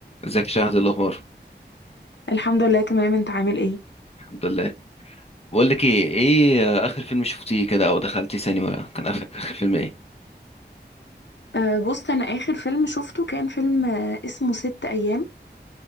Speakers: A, on the left (about 35°); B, on the left (about 85°).
A: ازيك يا شهد إيه الاخبار
B: الحمد لله تمام انت عامل ايه
A: الحمد لله بقول لك ايه ايه آه، اخر فيلم شفتيه كده او دخلتي سينما كان اخر آخر فيلم ايه
B: أه بص انا اخر فيلم شفته كان فيلم آه، اسمه ست ايام